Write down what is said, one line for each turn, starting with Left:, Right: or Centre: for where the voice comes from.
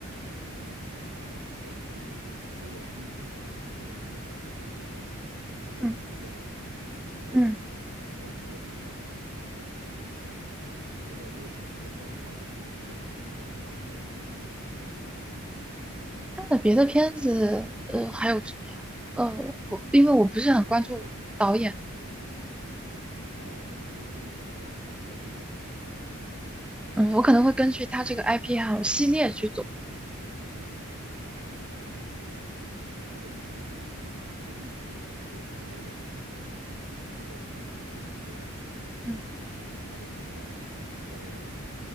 Right: 啊，我理解你的意思。其实我《星际穿越》我看的也不少，我看了也差不多三四遍的样子。
Centre: 嗯
Right: 然后，
Centre: 嗯，
Right: 呃，我那我就很好奇啊，你既然说你喜欢看科幻片的话，除了诺那个诺兰导演的，除了《星际穿越》以外，你还有看他的别的片子吗？
Centre: 他的别的片子，呃，还有什么呀？呃，我因为我不是很关注导演，
Right: 呃，有哦。那所以所以你看电影的话，你会跟着演员走吗？
Centre: 嗯，我可能会根据他这个 IP 还有系列去走。
Right: 啊，那我懂你的意思了。如果你不关注导演的话，嗯，我可以跟你说一下，就是诺兰导演，嗯，近期的片子，比如说，嗯，
Centre: 嗯，
Right: 《奥本海默》，然后